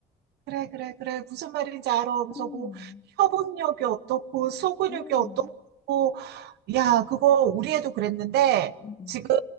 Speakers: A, on the right (about 75°); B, on the left (about 35°).
A: 그래, 그래, 그래. 무슨 말인지 알아. 하면서
B: 어,
A: 뭐, 협응력이 어떻고, 소근육이
B: 어,
A: 어떻고. 야, 그거 우리 애도 그랬는데,
B: 응, 응.
A: 지금